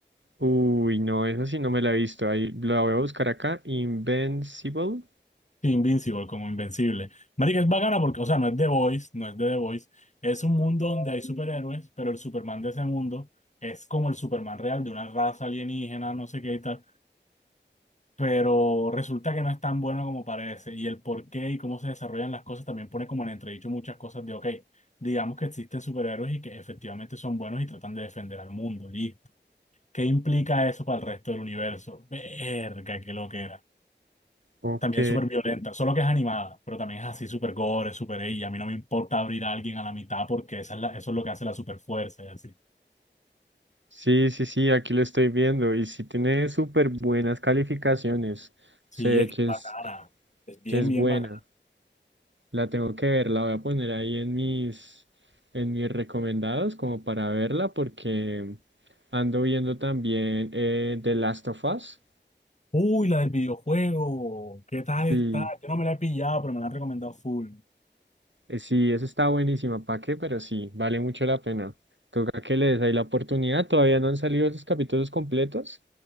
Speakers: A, on the right (about 80°); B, on the left (about 40°).
A: Uy, no, esa sí no me la he visto. Ahí la voy a buscar acá. Invincible.
B: Sí, Invincible, como Invencible. Marica, es bacana porque, o sea, no es The Voice, no es de The Voice. Es un mundo donde hay superhéroes, pero el Superman de ese mundo es como el Superman real de una raza alienígena, no sé qué y tal. pero resulta que no es tan bueno como parece. Y el por qué y cómo se desarrollan las cosas también pone como en entredicho muchas cosas de, ok, digamos que existen superhéroes y que efectivamente son buenos y tratan de defender al mundo, listo. ¿Qué implica eso para el resto del universo? Verga, qué loquera.
A: Ok.
B: También súper violenta, solo que es animada, pero también es así súper gore, súper ella. Y a mí no me importa abrir a alguien a la mitad porque esa es la- eso es lo que hace la superfuerza y así.
A: Sí, sí, sí, aquí lo estoy viendo. Y sí tiene súper buenas calificaciones.
B: Sí,
A: Se ve
B: es que
A: que
B: es bacana.
A: es,
B: Es bien,
A: que es
B: bien
A: buena.
B: bacana.
A: La tengo que ver, la voy a poner ahí en mis, en mis recomendados como para verla porque ando viendo también eh, The Last of Us.
B: Uy, la del videojuego. ¿Qué tal está?
A: Sí.
B: Yo no me la he pillado, pero me la han recomendado full.
A: Eh, Sí, eso está buenísima, ¿para qué? Pero sí, vale mucho la pena. Toca que le des ahí la oportunidad. Todavía no han salido esos capítulos completos,